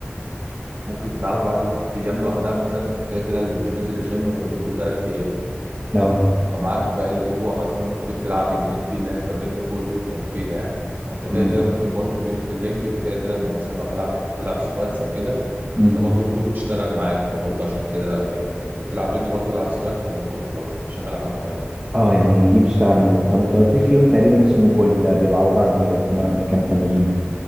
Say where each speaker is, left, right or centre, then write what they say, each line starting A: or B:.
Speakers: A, on the right; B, on the right.
A: ممكن تلعبها بعد في ايام لوحدها مثلا انت كده كده اللي مش هتنزل الجيم غير بتقول ثلاث ايام
B: أه
A: فمعاك باقي الاسبوع مثلا ممكن تلعب يومين فيه اللي هي تمارين الكور دي بتبقى مفيده يعني وانت كده
B: امم
A: كده ممكن برضو في يوم الليج انت كده كده اما مثلا لو تلعب تلعب سكواتس او كده
B: امم
A: انت برضو الكور بتشتغل معاك فبرضو عشان كده بقى يعني بتلعب رجل برضو العب سكوات عشان الكور تبقى شغاله معاك كويس
B: أه يعني دي بتشتغل مع دي طب أنت قلت لي في يوم تقريبا
A: ف-
B: اسمه بول ده بيبقى عبارة عن إيه أو بتمرن في كام تمرينة؟